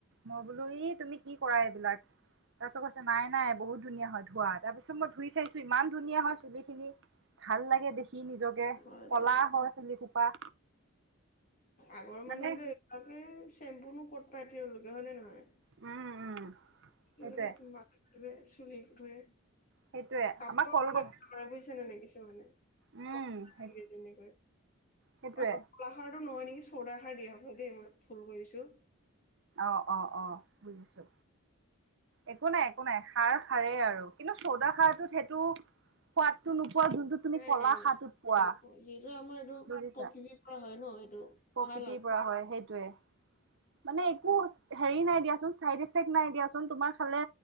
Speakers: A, on the right; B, on the left.
A: মই বোলো ই তুমি কি কৰা এইবিলাক। তাৰ পিছত কৈছে নাই নাই বহুত ধুনীয়া হয় ধোৱা তাৰ পিছত মই ধুই চাইছো ইমান ধুনীয়া হয় চুলি খিনি ভাল লাগে দেখি নিজকে
B: হয় দিয়া
A: কলা হয় চুলি সোপা
B: আগৰ
A: মানে
B: মানুহেতো এইবিলাকে চেম্পুনো ক'ত পাই তেওঁলোকে হয় নে নহয়।
A: উম উম
B: কে
A: সেইটোৱে
B: মাটিত <unintelligible> ধোৱে চুলি ধোৱে
A: সেইটোৱে
B: কাপোৰ
A: আমাৰ কলগছ
B: বে <unintelligible> কৰে বুয়িছা নাই নেকি <unintelligible>
A: উম, সেই সেইটোৱে
B: অ কলাৰো নহয় নি চৌদা খাৰ দিয়ে হপাই দেই মই ভুল কৰিছোঁ।
A: অ অ অ বুজিছো একো নাই একো নাই খাৰ খাৰেই আৰু কিন্তু চৌদা খাৰটোত সেইটো সোৱাদটো নো খোৱা যোনটোত তুমি
B: নাই
A: কলা
B: নাই নাই
A: খাৰটোত পোৱা
B: যিটো আমাৰ এইটো
A: বুজিছা
B: প্ৰকৃতিৰ পৰা হয় ন এইটো
A: প্ৰকৃতিৰ
B: ভাল আৰু
A: পৰা হয় সেইটোৱে। মানে একো হেৰি নাই দিয়াচোন চাইডিফেক্ট নাই দিয়াচোন তোমাৰ খালে